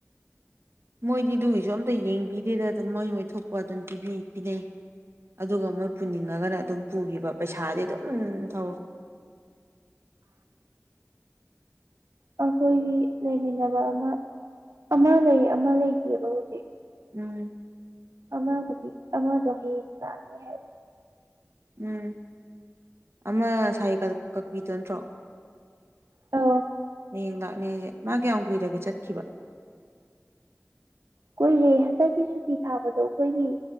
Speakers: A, on the right; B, on the right.
A: ꯃꯣꯏꯗꯤ ꯑꯗꯨꯒꯤꯁꯨ ꯑꯝꯇ ꯌꯦꯡꯕꯤꯗꯦꯗ ꯑꯗꯨꯝ ꯃꯣꯏ ꯃꯣꯏ ꯊꯣꯛꯄ ꯑꯗꯨꯝ ꯄꯤꯅꯩ ꯑꯗꯨꯒ ꯃꯣꯏ ꯄꯨꯅꯤꯡꯉꯒꯅ ꯑꯗꯨꯝ ꯄꯨꯈꯤꯕ ꯄꯩꯁꯥꯗꯤ ꯑꯗꯨꯝ ꯊꯧꯋ
B: ꯑꯩꯈꯣꯏꯒꯤ ꯂꯩꯃꯤꯟꯅꯕ ꯑꯃ ꯑꯃ ꯂꯩ ꯑꯃ ꯂꯩꯇꯦꯕ ꯍꯧꯖꯤꯛ
A: ꯎꯝ
B: ꯑꯥ ꯍꯧꯗꯤ ꯑꯃꯥ ꯗꯍꯤꯦ ꯍꯥꯏ
A: ꯎꯝ ꯑꯃ ꯁꯥꯏ ꯀꯛꯄꯤꯗꯣ ꯅꯠꯇ꯭ꯔꯣ
B: ꯑ
A: ꯌꯦ ꯅꯦꯁꯦ ꯃꯥ ꯀꯌꯥꯝ ꯀꯨꯏꯔꯒꯦ ꯆꯠꯈꯤꯕ
B: ꯀꯨꯏꯔꯦ ꯍꯟꯗꯛꯀꯤ ꯁꯨꯇꯤ ꯊꯥꯕꯗꯣ ꯑꯩꯈꯣꯏꯒꯤ